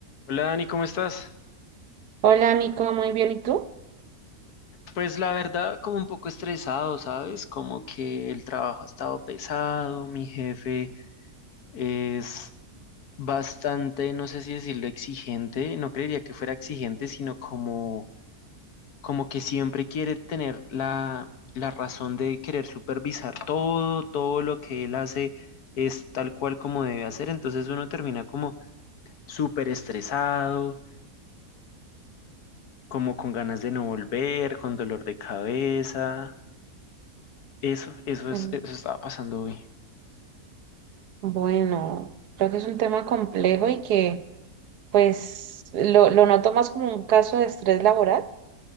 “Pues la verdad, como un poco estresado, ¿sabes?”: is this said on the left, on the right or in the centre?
Left